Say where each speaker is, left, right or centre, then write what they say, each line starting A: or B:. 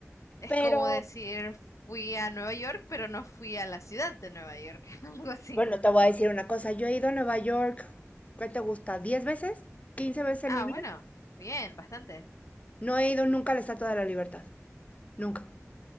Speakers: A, on the left; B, on the left.
A: Es
B: pero
A: como decir fui a Nueva York pero no fui a la ciudad de Nueva York, <laughs> algo así.
B: bueno, te voy a decir una cosa. Yo he ido a Nueva York, ¿qué te gusta? Diez veces? quince veces en
A: Ah,
B: mi vida?
A: bueno, bien, bastante.
B: No he ido nunca a la Estatua de la Libertad. Nunca.